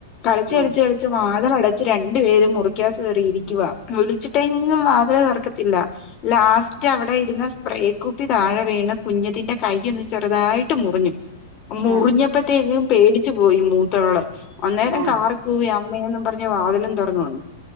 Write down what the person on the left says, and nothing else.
കളിച്ചച്ച്
കളിച്ച് കളിച്ച് വാതിലട- ച്ച് രണ്ടു പേരും മുറിക്കകത്ത് കേറി ഇരിക്കുവ വിളിച്ചിട്ടെങ്ങും വാതിൽ തുറക്കത്തില്ല ലാസ്റ്റ് അവിടെ ഇരുന്ന സ്പ്രേക്കുപ്പി താഴെ വീണ് കുഞ്ഞതിന്റെ കൈ ഒന്ന് ചെറുതായിട്ട് മുറിഞ്ഞു <unintelligible> മുറിഞ്ഞപ്പത്തേക്കും
പേടിച്ചു പോയി മൂത്തോള് അന്നേരം
കാറിക്കൂവി അമ്മേന്നും പറ- വാതലും തുറന്നു വന്നു